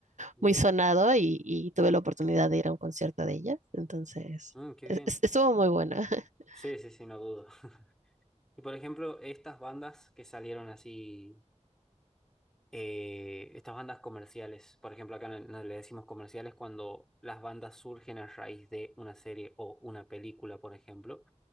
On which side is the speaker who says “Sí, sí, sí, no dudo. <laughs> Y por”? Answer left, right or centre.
Centre